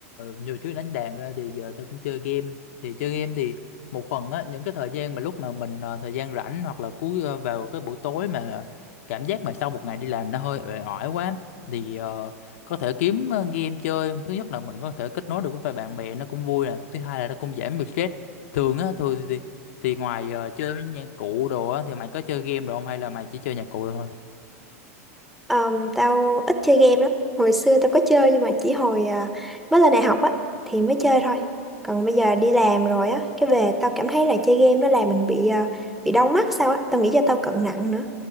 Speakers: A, on the left; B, in the centre.
A: nhiều chuyện đánh đàn ra thì giờ tao cũng chơi game thì chơi game thì một phần á những cái thời gian mà lúc mà mình ờ, thời gian rảnh hoặc là cuối ờ, vào cái buổi tối mà cảm giác mà sau một ngày đi làm nó hơi uể oải quá thì ờ, có thể kiếm ờ, game chơi thứ nhất là mình có thể kết nối được với bạn bè nó cũng vui nè thứ hai là nó cũng giảm được stress thường á thường thì thì ngoài ờ, chơi với nhạc cụ đồ á thì mày có chơi game đồ không hay là mày chỉ chơi nhạc cụ đồ thôi?
B: Ờm, tao ít chơi game lắm. Hồi xưa tao có chơi nhưng mà chỉ hồi à, mới lên đại học á thì mới chơi thôi. Còn bây giờ đi làm rồi á, cái về tao cảm thấy là chơi game nó làm mình bị à, bị đau mắt sao á. Tao nghĩ do tao cận nặng nữa.